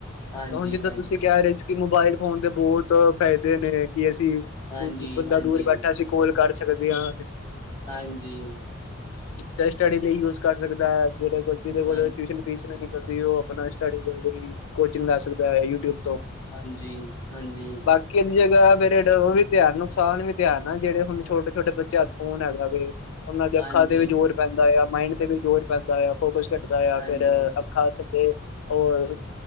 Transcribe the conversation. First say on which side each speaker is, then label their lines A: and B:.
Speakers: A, on the left; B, on the left.
A: ਹਾਂਜੀ
B: ਤਾਂ ਹੁਣ ਜਿੱਦਾਂ
A: ਹਾਂਜੀ
B: ਤੁਸੀਂ ਕਹਿ ਰਹੇ ਹੋ ਕਿ ਮੋਬਾਇਲ ਫੋਨ ਦੇ ਬਹੁਤ ਫ਼ਾਇਦੇ ਨੇ ਕਿ ਅਸੀਂ
A: ਹਾਂਜੀ
B: ਬੰਦਾ
A: ਹਾਂਜੀ
B: ਦੂਰ ਬੈਠਾ ਸੀ ਕੋਲ ਕਰ ਸਕਦੇ ਹਾਂ
A: ਹਾਂਜੀ
B: ਬੱਚਾ ਸਟੱਡੀ ਲਈ ਯੂਜ ਕਰ ਸਕਦਾ ਜਿਹੜੇ ਕੋ ਜਿਹਦੇ ਕੋਲ
A: ਹਾਂਜੀ
B: ਟਿਊਸ਼ਨ ਫੀਸ ਨਾ ਨਿਕਲਦੀ ਉਹ ਆਪਣਾ ਸਟੱਡੀ ਦੇ ਲਈ ਕੋਚਿੰਗ ਲੈ ਸਕਦਾ ਯੂਟਿਊਬ ਤੋਂ
A: ਹਾਂਜੀ ਹਾਂਜੀ
B: ਬਾਕੀ ਇਹਦੀ ਜਗ੍ਹਾ ਫ ਉਹ ਵੀ ਤਿਆਰ ਨੁਕਸਾਨ ਵੀ ਤਿਆਰ ਨਾ ਜਿਹੜੇ ਹੁਣ ਛੋਟੇ ਛੋਟੇ ਬੱਚੇ ਅੱਜ ਫੋਨ ਹੈਗਾ ਵੀ ਉਹਨਾਂ ਦੇ
A: ਹਾਂਜੀ
B: ਅੱਖਾਂ ਤੇ ਵੀ ਜ਼ੋਰ ਪੈਂਦਾ ਆ ਮਾਇੰਡ ਤੇ ਵੀ ਜ਼ੋਰ ਪੈਂਦਾ ਆ ਫੋਕਸ ਖਟਦਾ
A: ਹਾਂਜੀ
B: ਆ ਫੇਿਰ ਅੱਖਾਂ ਥੱਲੇ ਹੋਰ,